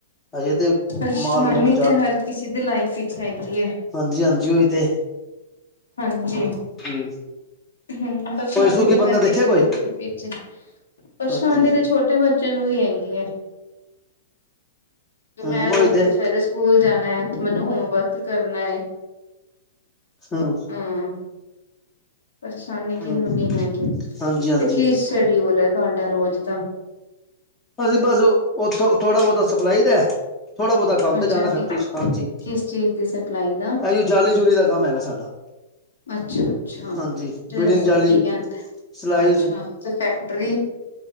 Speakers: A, on the left; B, on the left.
A: ਹਜੇ ਤੇ
B: ਪਰੇਸ਼ਾਨੀ
A: ਮਾਲ ਮੂਲ
B: ਤੇ ਹਰ ਕਿਸੇ ਦੀ ਲਾਈਫ ਵਿੱਚ ਹੈਗੀ ਹੈ
A: ਹਾਂਜੀ-ਹਾਂਜੀ ਉਹੀ ਤੇ
B: ਹਾਂਜੀ।
A: ਹਮ
B: ਹੂੰ, ਪਰੇਸ਼ਾਨੀ
A: ਕੋਈ ਸੁਖੀ
B: ਤੇ ਹਰ
A: ਬੰਦਾ
B: ਕਿਸੇ
A: ਦੇਖਿਆ ਕੋਈ
B: ਦੇ ਲਾਈਫ ਵਿੱਚ ਪਰੇਸ਼ਾਨੀ
A: ਹਾਂਜੀ
B: ਤੇ ਛੋਟੇ ਬੱਚੇ ਚੇ ਨੂ ਵੀ ਹੈਗੀ ਹੈ
A: ਹਮ
B: ਮੈਂ ਉੱਠ
A: ਉਹੀ ਤੇ
B: ਕੇ ਸਵੇਰੇ ਸਕੂਲ ਜਾਣਾ ਹੈ ਤੇ ਮੈਨੂੰ ਹੋਮਵਰਕ ਕਰਨਾ ਹੈ।
A: ਹੂੰ।
B: ਹਾਂ ਪਰੇਸ਼ਾਨੀ ਕਿਹਨੂੰ
A: ਹਮ
B: ਨੀ ਹੈਗੀ
A: ਹਾਂਜੀ ਹਾਂਜੀ
B: ਤੇ ਕੀ ਸ਼ੈਡਿਊਲ ਹੈ ਤੁਹਾਡਾ ਰੋਜ਼ ਦਾ
A: ਅਸੀਂ ਬਸ ਉੱਥੋਂ ਥੋੜਾ ਬਹੁਤ ਸਪਲਾਈ ਦਾ ਥੋੜ੍ਹਾ ਬਹੁਤਾ ਕੰਮ
B: ਅੱਛਾ
A: ਤੇ ਜਾਂਦਾ ਫੈਕਟਰੀ ਚ ਹਾਂਜੀ,
B: ਕਿਸ ਚੀਜ਼ ਦੀ ਸਪਲਾਈ ਦਾ
A: ਇਹ ਜੀ ਜਾਲੀ ਜੂਲੀ ਦਾ ਕੰਮ ਹੈਗਾ ਸਾਡਾ।
B: ਅੱਛਾ-ਅੱਛਾ,
A: ਹਾਂਜੀ
B: ਤੇ
A: ਬਿਲਡਿੰਗ ਜਾਲੀ
B: ਕੀ ਕਹਿੰਦੇ
A: ਸਲਾਈਜ਼
B: ਅੱਛਾ ਤੇ ਫੈਕਟਰੀ,